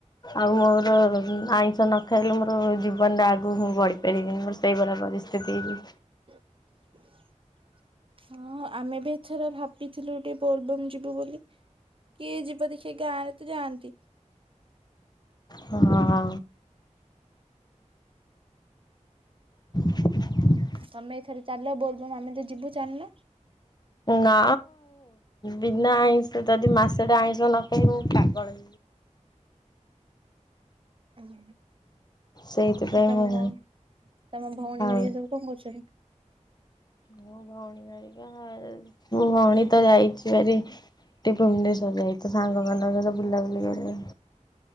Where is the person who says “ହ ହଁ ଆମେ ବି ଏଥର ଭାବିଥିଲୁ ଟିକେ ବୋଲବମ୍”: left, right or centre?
Right